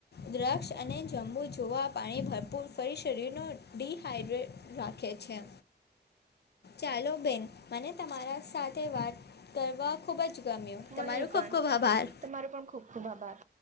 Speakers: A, on the left; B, on the right.
A: દ્રક્ષ અને જંબુ જોવા પાણી ભરપૂર ફરી શરીરનું ડિહાઈડ્રેટ રાખે છે ચાલો બેન મને તમારા સાથે વાત કરવા ખૂબ જ ગમ્યું
B: મને
A: તમારો ખૂબ
B: પણ
A: ખૂબ આભાર
B: તમારો પણ ખૂબ ખૂબ આભાર